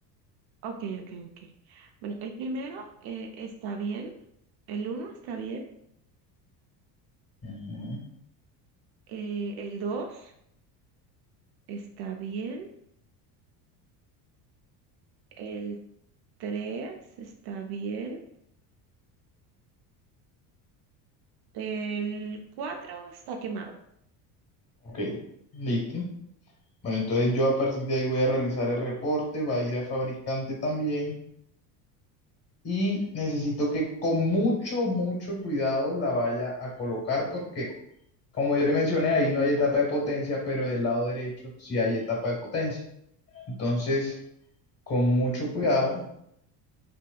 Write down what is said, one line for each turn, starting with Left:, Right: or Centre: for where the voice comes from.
Right: ok, ok, ok. Bueno, el primero eh, está bien, el uno está bien,
Left: Ujú.
Right: eh, el dos está bien, el tres está bien, el cuatro está quemado.
Left: Ok, listo. Bueno, entonces yo a partir de ahí voy a realizar el reporte, va a ir a fabricante también y necesito que con mucho, mucho cuidado la vaya a colocar porque, como yo le mencioné, ahí no hay etapa de potencia, pero del lado derecho sí hay etapa de potencia. Entonces, con mucho cuidado,